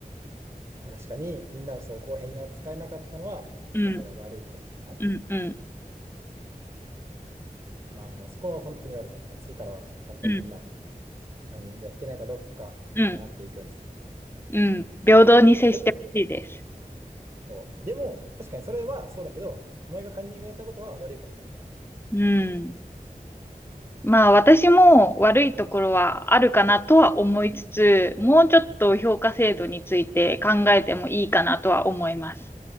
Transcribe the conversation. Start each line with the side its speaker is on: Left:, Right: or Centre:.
Right: 確かにみんなをそう公平に扱えなかったのは先生が悪いことだ
Left: うん、うん、うん、
Right: な。まあ、そこは本当に悪かった。次からはちゃんとみんなを
Left: うん、
Right: カンニングやってないかどうか見回っていくようにする。
Left: うん、うん。平等に接してほしいです。
Right: でも、そう。でも、確かにそれはそうだけど、お前がカンニングやったことは悪いことだからな。
Left: うん。まあ私も悪いところはあるかなとは思いつつ、もうちょっと評価制度について考えてもいいかなとは思います。